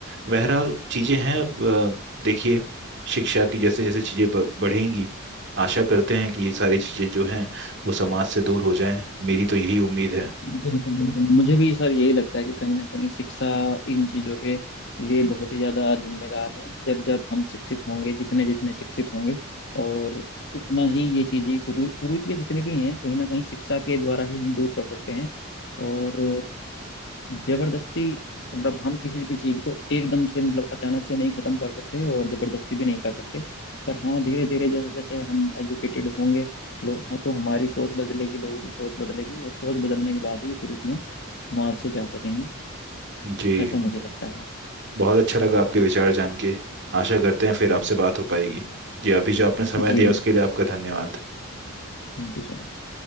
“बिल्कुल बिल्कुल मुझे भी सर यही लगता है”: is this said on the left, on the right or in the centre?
Left